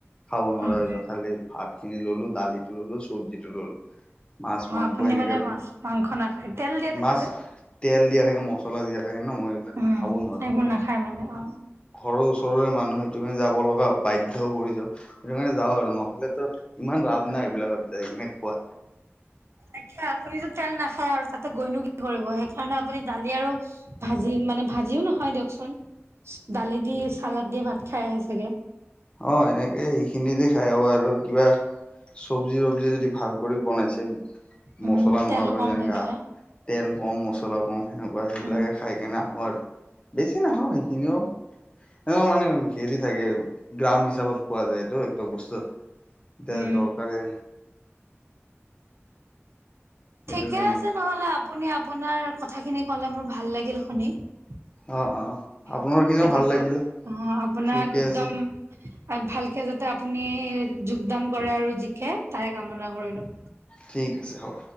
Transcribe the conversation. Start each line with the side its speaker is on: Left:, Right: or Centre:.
Left: খাব নোৱাৰা
Right: উম
Left: হৈ যাওঁ খালি ভাত খিনি ল'লো দালিটো ল'লো চব্জিটো ললো। মাছ
Right: অ
Left: মাংস
Right: আপুনি
Left: এনেকে
Right: মানে মাছ মাংস নাখাই, তেল দিয়া থাকে
Left: মাছ
Right: যে।
Left: তেল দিয়া থাকে মছলা দিয়া থাকে ন মই এইবিলাক
Right: উম
Left: খাব নোৱাৰো
Right: এইবোৰ নাখায় মানে অ।
Left: ঘৰৰ ওচৰৰে মানুহ সেইটো কাৰণে যাব লগা বাধ্য পৰি যাওঁ, সেইটো কাৰণে যাও, আৰু নহলেতো ইমান ৰাপ নাই এইবিলাকত। যায় কিনে খোৱা।
Right: হয়। কিয়া আপুনিটো তেল নাখায় আৰু তাতে গৈনো কি কৰিব। সেইকাৰণে আপুনি দালি আৰু ভাজি মানে ভাত যিও নহয় দিয়কচোন দালি দি চালাদ দিয়ে ভাত খাই আহে চাগে।
Left: অ এনেকেই। খিনি দি খাই আহো আৰু কিবা চব্জি, ৰব্জি, যদি ভাল কৰি বনাইছে
Right: উম
Left: মছলা নোহোৱাকৈ
Right: তেল কম
Left: যেনেকা
Right: থাকিলে
Left: তেল কম মছলা মছলা কম সেনেকুৱা সেইবিলাকে
Right: উম
Left: খাই কেনে আহো আৰু বেছি নাখাও সেইখিনিও তেওঁ মানে খেলি থাকে। গ্ৰাম, হিচাপত পোৱা যায়তো এইবিলাক বস্তুএতিয়া
Right: উম।
Left: দৰকাৰে সেইটো
Right: ঠিকে
Left: কাৰণে
Right: আছে নহলে আপুনি আপোনাৰ কথাখিনি কলে মোৰ ভাল লাগিল শুনি। দিয়ক
Left: অ অ আপোনাৰ
Right: ভালকে
Left: খিনিও
Right: থাকক
Left: ভাল লাগিলে
Right: অ আপোনাক
Left: ঠিকে
Right: একদম
Left: আছে
Right: ভালকে যাতে আপুনি যোগদান কৰে আৰু জিকে তাৰে কামনা কৰি লো।
Left: ঠিক আছে হ'ব।